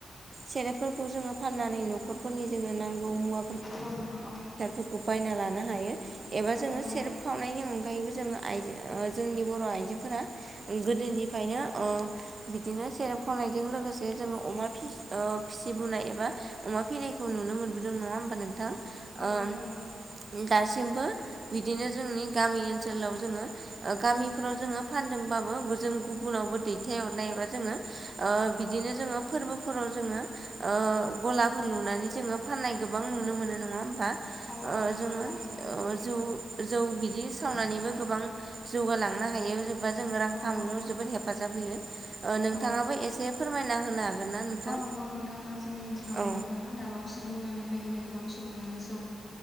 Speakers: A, on the right; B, on the left.
A: सेरेफोरखौ जोङो फाननानै न'खरफोरनि जोङो नांगौ मुवा
B: नंगौ नोंथां औ।
A: बेखौ बायना लानो हायो एबा
B: औ
A: जों
B: औ
A: सेरेब खावनायनि अनगायैबो ओ जोंनि बर' आइजोफोरा गोदोनिफ्रायनो ओ बिदिनो सेर खावनायजों लोगोसे जोङो अमा फिसिबोनाय एबा अमा फिनायखौ नुनो मोनबोदों नङा होमाबा नोंथां
B: औ
A: ओम
B: नंगौ
A: दासिमबो बिदिनो जोंनि गामि ओनसोलाव जोङो गामिफ्राव जोङो फानदोंबाबो जों गुबुनावबो दैथायहरनायबा जोङो बिदिनो जोङो फोरबोफोराव जोङो ओ गलाफोर लुनानै जोङो फाननाय गोबां नुनो मोनो नङा होमबा?
B: औ
A: ओ
B: नंगौ
A: जोङो
B: थारैनो नोंथां
A: ज जौ बिदि सावनानैबो
B: नंगौ औ
A: गोबां जौगालाङो हायो जेनेबा जोङो रां खामायनायाव‌
B: औ
A: जोबोर हेफाजाब होनो नोंथांआबो
B: औ
A: एसे फोरमायना होनो हागोन ना नोंथां?
B: औ नंगौ नोंथाङा जोंनि ओनसोलावबो
A: औ
B: नोंथाङा दाब बावैसो बुंलांनाय बायदिनो गोबां सुबुङानो जौ